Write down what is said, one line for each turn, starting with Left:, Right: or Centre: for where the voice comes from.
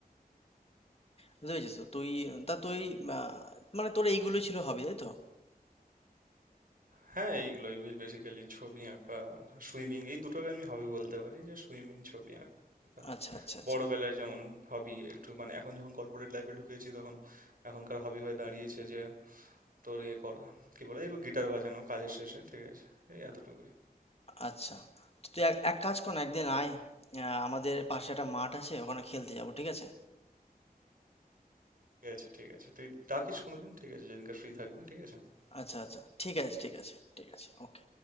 Left: বুঝতে পেরেছিস তো তুই তা তুই আহ, মানে তোর এইগুলো ছিল হবি তাই তো
Right: হ্যাঁ এইগুলোই বেসিক্যালি ছবি আঁকা সুইমিং এই দুটোকে আমি হবি বলতে পারি যে সুইমিং ছবি আঁকা
Left: আচ্ছা আচ্ছা আচ্ছা
Right: বড়বেলায় যেমন হবি একটু মানে এখন যখন কর্পোরেট লাইফে ঢুকেছি তখন এখনকার হবি হয়ে দাঁড়িয়েছে যে তোর ইয়ে করা কি বলে একটু গিটার বাজানো কাজের শেষে ঠিক আছে এই এতটুকুই
Left: আচ্ছা তো তুই এক এক কাজ কর না একদিন আয় আহ, আমাদের পাশে একটা মাঠ আছে ওখানে খেলতে যাবো ঠিক আছে
Right: ঠিক আছে ঠিক আছে তুই ডাকিস কোনোদিন ঠিক আছে যেদিনকার ফ্রি থাকবি ঠিক আছে
Left: আচ্ছা আচ্ছা ঠিক আছে ঠিক আছে ঠিক আছে ওকে